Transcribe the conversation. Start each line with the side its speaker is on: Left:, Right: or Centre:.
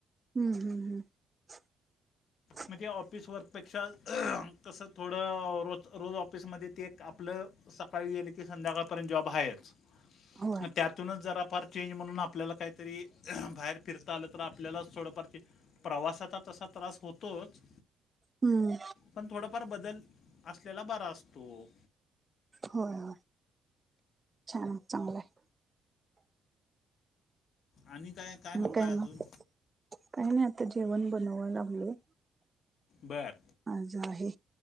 Right: हम्म हम्म हम्
Left: म्हणजे ऑफिस वर्कपेक्षा तसं थोडं रोज रोज ऑफिसमध्ये ते एक आपलं सकाळी गेले की संध्याकाळपर्यंत जॉब आहेच
Right: होय
Left: त्यात त्यातूनच जरा फार चेंज म्हणून आपल्याला काहीतरी बाहेर फिरता आलं तर आप आपल्याला थोडंफार ते प्रवासाचा तसा त्रास होतोच
Right: हम्म
Left: पण थोडंफार बदल असलेला बरा असतो.
Right: होय होय छान चांगलं आहे.
Left: आणि काय?
Right: आणि
Left: म्हणताय
Right: काय मग
Left: अजून
Right: काही नाही आता जेवण बनवाय लागलोय.
Left: बर
Right: आज आहे